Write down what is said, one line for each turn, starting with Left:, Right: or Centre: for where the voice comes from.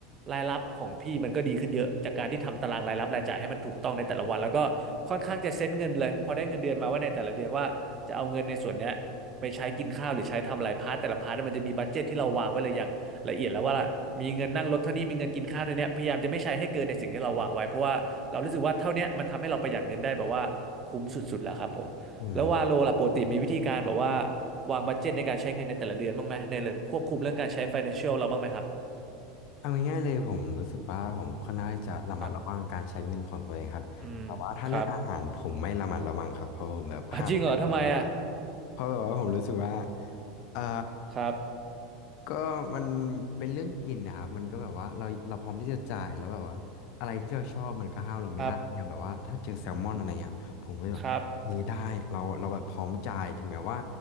Right: รายรับของพี่มันก็ดีขึ้นเยอะจากการที่ทำตารางรายรับรายจ่ายให้มันถูกต้องในแต่ละวันแล้วก็ค่อนข้างจะเซ็ตเงินเลยพอได้เงินเดือนมาว่าในแต่ละเดือนว่าจะเอาเงินในส่วนเนี้ยไปใช้กินข้าวหรือใช้ทำอะไรพาร์ทแต่ละพาร์ทมันจะมีบัดเจ็ตที่เราวางไว้เลยอย่างละเอียดแล้วว่ามีเงินนั่งรถเท่านี้มีเงินกินข้าวเท่านี้พยายามจะไม่ใช้ให้เกินในสิ่งที่เราวางไว้เพราะว่าเรารู้สึกว่าเท่าเนี้ยมันทำให้เราประหยัดเงินได้แบบว่าคุ้มสุดๆแล้วครับผมแล้วว่าโลล่ะปกติมีวิธีการแบบว่า
Left: อืม
Right: วางบัดเจ็ตในการใช้เงินในแต่ละเดือนบ้างไหมในเรื่องควบคุมเรื่องการใช้ financial เราบ้างไหมครับ
Left: เอาง่ายๆเลยผมรู้สึกว่าผมค่อนข้างที่จะระมัดระวังการใช้เงินของตัวเองครับแต่ว่าถ้าเรื่องอาหารผมไม่ระมัดระวังครับเพราะผมแบบห้ามใจเอ
Right: ครับอืมครับอ่ะจริงเหรอทำไมอ่ะ
Left: เพราะแบบว่าผมรู้สึกว่าเอ่อ
Right: ครับ
Left: ก็มันเป็นเรื่องกลิ่นนะครับมันก็แบบว่าเราเราพร้อมที่จะจ่ายแล้วแบบว่าอะไรที่เราชอบมันก็ห้ามเราไม่ได้อย่างแบบว่าถ้าเจอแซลมอนอะไรเงี้ยผมก็จะแบบเฮ้ยได้เราเราแบบพร้อมจ่ายถึงแม้ว่า
Right: ครับครับ